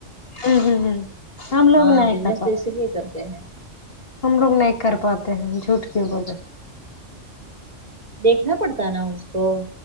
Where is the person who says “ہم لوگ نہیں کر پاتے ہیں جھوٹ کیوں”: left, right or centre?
Left